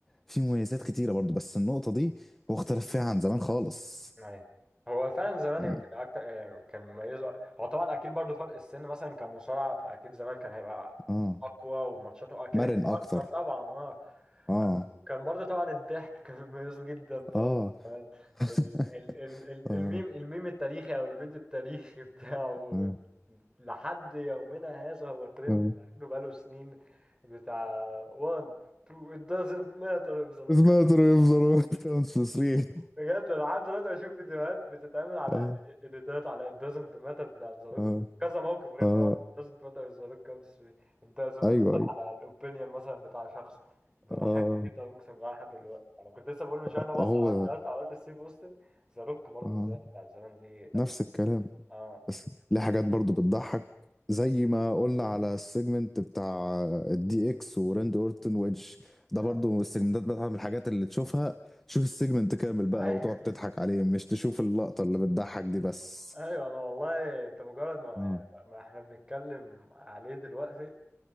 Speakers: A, in the centre; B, on the right.
A: في مميزات كتيرة برضو بس النقطة دي هو اختلف فيها عن زمان خالص
B: أيوة هو فعلا زمان
A: مم.
B: يمكن أكتر يعني كان مميزه هو طبعا أكيد برضو فرق السن مثلا كمصارع فأكيد زمان كان هيبقى
A: اه
B: أقوى وماتشاته أه كده
A: مرن
B: كانت
A: اكتر
B: أكتر طبعا أه
A: اه
B: كان برضه طبعا الضحك <laughs> كان مميزه جدا طبعا
A: اه
B: كمان
A: <laughs>
B: ال ال ال ال الميم
A: اه
B: الميم التاريخي او الفيديو التاريخي <laughs> بتاعه
A: اه
B: لحد يومنا هذا هو ترند
A: اه
B: بقاله سنين بتاع 1 2 it doesn't matter <laughs> if the look
A: سمعت ريف زراعة كانت في سرير
B: بجد انا لحد دلوقتي بشوف فيديوهات بتتعمل على
A: اه
B: اديتات على it doesn't matter بتاعت ذا روك
A: اه
B: كذا موقف غير
A: اه
B: طبعا it doesn't matter is the rock counts free. it doesn't
A: ايوه
B: matter
A: ايوه
B: على الاوبينيون مثلا بتاع شخص بيضحكني
A: اه
B: جدا اقسم بالله لحد دلوقتي انا كنت لسه بقول من شويه
A: آه،
B: انا بص
A: هو
B: على فيديوهات اوقات لستيف اوستن ذا روك برضه
A: اه
B: الفيديوهات بتاعت زمان دي لا
A: نفس الكلام
B: اه
A: بس ليه حاجات برضو بتضحك زي ما قلنا على السيجمنت بتاع الدي اكس وراند اورتون ويدج ده
B: اه
A: برضو السيجمنتات بتاعت من الحاجات اللي تشوفها شوف السيجمنت كامل بقى
B: ايوه
A: وتقعد تضحك عليه مش تشوف اللقطة اللي بتضحك دي بس
B: <laughs> ايوه انا والله انت مجرد ما
A: اه
B: يعني ما احنا بنتكلم عليه دلوقتي